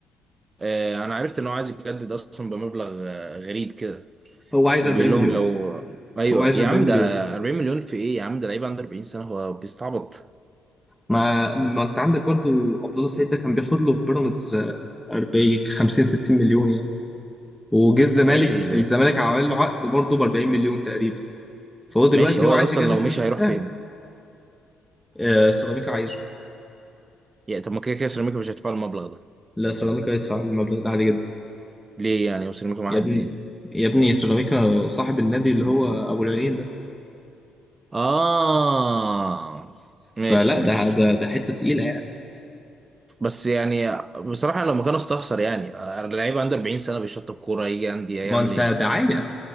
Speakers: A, on the right (about 25°); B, in the centre.
A: آه انا عرفت ان هو عايز يجدد اصلا بمبلغ آه، غريب كده
B: هو عايز
A: وبيقول
B: 40 مليون
A: لهم لو ايوه
B: هو عايز
A: يا
B: 40
A: عم
B: مليون
A: ده 40 مليون في ايه يا عم ده لعيب عنده 40 سنة هو بيستعبط
B: ما ما انت عندك برضو عبد الله سعيد ده كان بياخد له في بيراميدز آه، 40 50 60 مليون يعني وجه الزمالك
A: ماشي
B: الزمالك عمل له عقد برضه ب 40 مليون تقريبا فهو دلوقتي
A: ماشي هو
B: هو عايز
A: اصلا
B: يجدد
A: لو مشي
B: بنفس
A: هيروح
B: السعر
A: فين؟
B: آه، سيراميكا عايزه
A: يعني طب ما كده كده سيراميكا مش هتدفع المبلغ ده
B: لا سيراميكا يدفع المبلغ ده عادي جدا
A: ليه يعني وسيراميكا معاها
B: يا ابني
A: قد ايه؟
B: يا ابني سيراميكا صاحب النادي اللي هو ابو العينين ده
A: اه ماشي
B: فلا
A: ماشي
B: ده ده ده حته تقيله يعني
A: بس يعني بصراحة لو مكانه استخسر يعني اللعيب عنده 40 سنة بيشطب كورة يجي عندي هيعمل
B: ما انت
A: ايه؟
B: دعايه